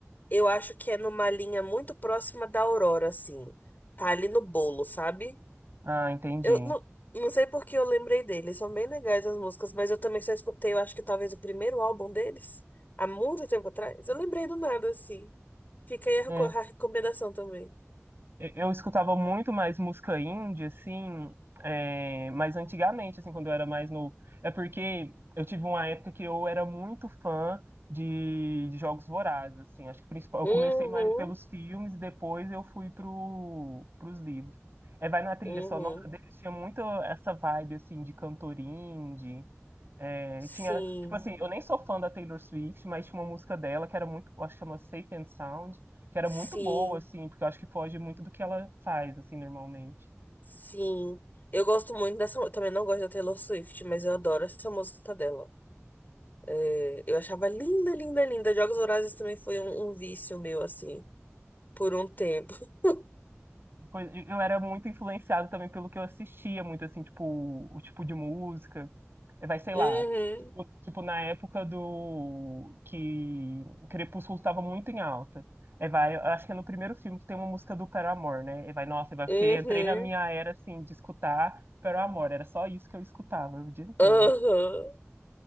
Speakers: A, on the left; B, on the right.
A: Eu acho que é numa linha muito próxima da Aurora, assim. Tá ali no bolo, sabe?
B: Ah, entendi.
A: Eu não, não sei por que eu lembrei deles. São bem legais as músicas, mas eu também só escutei, eu acho que talvez o primeiro álbum deles, há muito tempo atrás. Eu lembrei do nada, assim. Fica aí a reco-
B: É,
A: a recomendação também.
B: Eu eu escutava muito mais música indie, assim, é, mas antigamente, assim, quando eu era mais novo. É porque eu tive uma época que eu era muito fã de, de jogos vorazes, assim. Acho que principal, eu
A: Uhum,
B: comecei mais pelos filmes e depois eu fui pro, pros livros. É, vai na trilha
A: uhum.
B: sonora deles, tinha muito essa vibe, assim, de cantor indie, é,
A: Sim,
B: tinha, tipo assim, eu nem sou fã da Taylor Swift, mas tinha uma música dela que era muito, eu acho que chama Safe and Sound, que era
A: sim,
B: muito boa, assim, porque eu acho que foge muito do que ela faz, assim, normalmente.
A: sim. Eu gosto muito dessa. Eu também não gosto da Taylor Swift, mas eu adoro essa música dela. É, eu achava linda, linda, linda. Jogos Vorazes também foi um, um vício meu, assim, por um tempo. <laughs>
B: Pois, e Eu era muito influenciado também pelo que eu assistia, muito assim, tipo, o tipo de música. Eh, Vai, sei
A: Uhum,
B: lá, tipo, tipo na época do que Crepúsculo estava muito em alta. É, vai, eu acho que é no primeiro filme que tem uma música do Paramore, né? E vai, nossa, é, vai, porque
A: uhum,
B: eu entrei na minha era assim de escutar Paramore, era só isso que eu escutava o dia todo.
A: aham.